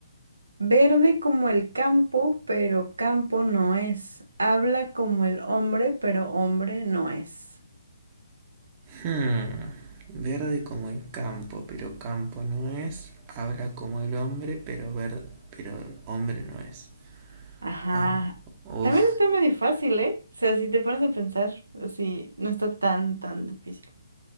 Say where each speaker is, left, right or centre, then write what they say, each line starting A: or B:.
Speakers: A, on the right (about 85°); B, on the right (about 30°).
A: Verde como el campo, pero campo no es. Habla como el hombre, pero hombre no es.
B: Hmm, Verde como el campo, pero campo no es. Habla como el hombre, pero verde, pero hombre no es.
A: Ajá.
B: Ah, Uf.
A: También está medio fácil, ¿eh? O sea, si te pones a pensar, así no está tan, tan difícil.